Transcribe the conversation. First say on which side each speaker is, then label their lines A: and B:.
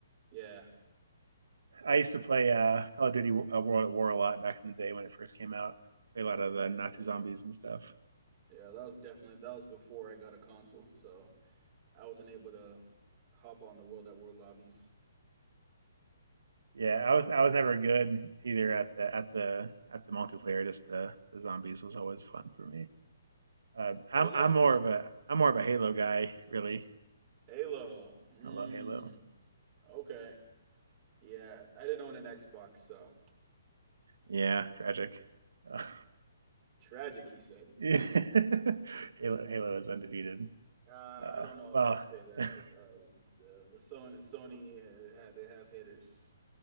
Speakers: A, on the right (about 30°); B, on the right (about 80°).
A: Yeah.
B: I used to play uh, Call of Duty uh, World at War a lot back in the day when it first came out. Play a lot
A: Mm,
B: of the Nazi
A: yeah.
B: zombies and stuff.
A: yeah, that was definitely that was before I got a console, so I wasn't able to hop on the World at War lobbies.
B: Yeah, I was I was never good either at the at the at the multiplayer. Just the, the zombies was always fun for me. Uh, I'm
A: It was that
B: I'm more of a I'm more of a Halo guy. Really,
A: Halo. Mm,
B: I love Halo.
A: okay. Yeah, I didn't own an Xbox, so
B: Yeah, tragic. Uh,
A: tragic. He said.
B: <laughs> Halo Halo is undefeated.
A: Uh,
B: Uh,
A: I don't know
B: well,
A: if I'd say that.
B: <laughs>
A: Uh, uh, the Sony Sony uh, had they have hitters,